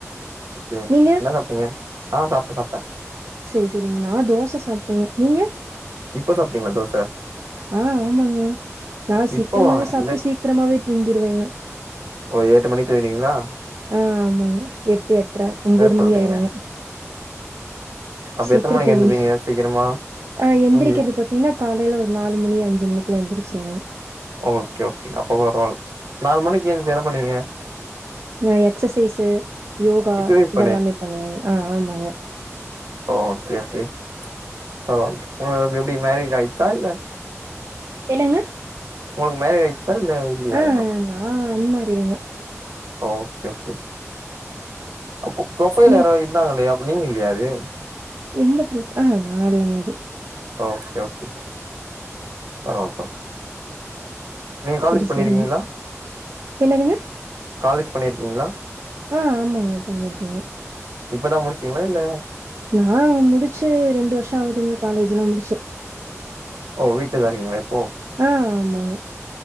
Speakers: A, on the right; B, on the right.
A: ஓகே
B: நீங்க
A: என்ன பண்றீங்க ஆ சாப்ட்டே சாப்ட்டே
B: செரி செரிங்க நா தோச சாப்ட்டேங்க நீங்க
A: இப்ப சாப்ட்டீங்களா தோச
B: ஆ ஆமாங்க நா சீக்கிரமாவே
A: இப்பவா
B: சாப்ட்டு
A: இந்த
B: சீக்கிரமாவே தூங்கிருவேங்க
A: ஒரு எட்டு மணிக்கி தூங்கிடுவீங்களா
B: ஆ ஆமாங்க எட்டு எட்ரை ஒம்போது
A: சொல்றீங்க
B: மணி ஆயிருங்க
A: அப்ப
B: சீக்கரோ
A: எத்தன மணிக்கு
B: தூங்கி
A: எந்துப்பீங்க சீக்கிரமா
B: ஆ எந்திரிக்கிறது
A: தூங்கி
B: பாத் தீங்கன்னா காலேல ஒரு நாலு மணி அஞ்சி மணிக்குல்லா எந்ச்சிருவேங்க
A: ஓகே ஓகே அப்ப பரவால்லா நாலு மணிக்கி எந்திச்சி என்ன பண்ணுவீங்க
B: நா எக்சசைஸ்ஸு யோகா
A: எக்சசைஸ்
B: இதெல்லாமே பண்ணுவேங்க ஆ ஆமாங்க
A: ஓ ஓகே ஓகே பரவால்ல உங்களுக்கு எப்டி மேரேஜ் ஆயிர்ச்சா இல்ல
B: என்னங்க
A: உங்களுக்கு மேரேஜ் ஆயிர்ச்சா இல்ல இல்லியா
B: ஆ
A: இன்னு
B: நா அன் மேரிட்டுங்க
A: ஓகே ஓகே அப்ப ப்ரொபைல்
B: ம்
A: யாரோ இருந்தாங்களே அப்ப நீங்க இல்லையா அது
B: எந்த ப்ரொஃப் ஆ நா இல்லங்க அது
A: ஓகே ஓகே பரவால்ல பர நீங்க காலேஜ்
B: செரி
A: பண்ணிருக்கீங்களா
B: செரிங்க என்னதுங்க
A: காலேஜ் பண்ணிருக்கீங்களா
B: ஆ ஆமாங்க பண்ணிருக்கேங்க
A: இப்பதா முடிச்சீங்களா இல்ல
B: நா முடிச்சி ரெண்டு வருஷோ ஆகுதுங்க காலேஜ்லா முடிச்சி
A: ஓ வீட்டுலதா இருக்கீங்களா இப்போ
B: ஆ ஆமாங்க